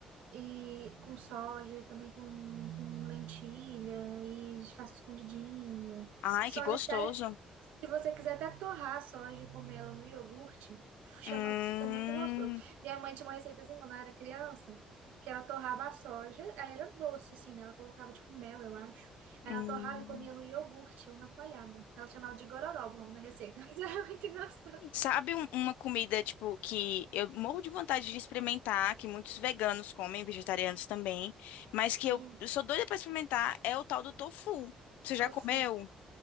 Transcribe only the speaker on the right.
E com soja, também com, com lentilha e faço escondidinho.
Soja
até, se você quiser até torrar a soja e comer ela no iogurte, chama,
fica muito gostoso. Minha mãe tinha uma receita assim quando ela era criança, que ela torrava a soja, aí era doce assim, né? Ela colocava tipo mel, eu acho. Aí
Ela torrava e comia no iogurte ou na coalhada. Ela chamava de gororoba o nome da receita, <laughs> mas era muito engraçado.
Hum,
tofu,